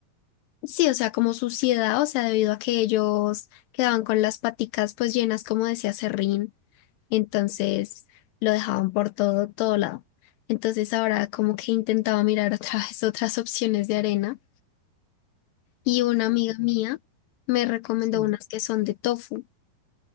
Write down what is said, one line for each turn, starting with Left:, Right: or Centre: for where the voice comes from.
Left: sí, o sea, como suciedad, o sea, debido a que ellos quedaban con las paticas pues llenas como decía serrín, entonces lo dejaban por todo, todo lado. Entonces ahora como que intentaba mirar <laughs> otra vez otras opciones de arena y una
Right: Qué
Left: amiga
Right: bueno.
Left: mía me recomendó
Right: Sí,
Left: unas que son de tofu.